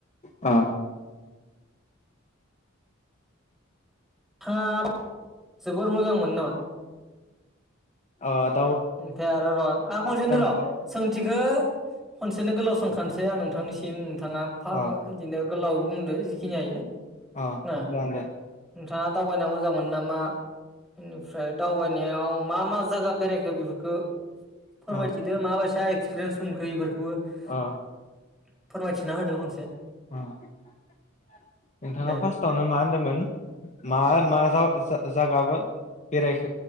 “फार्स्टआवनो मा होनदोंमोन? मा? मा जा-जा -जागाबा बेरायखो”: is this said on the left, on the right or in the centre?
Left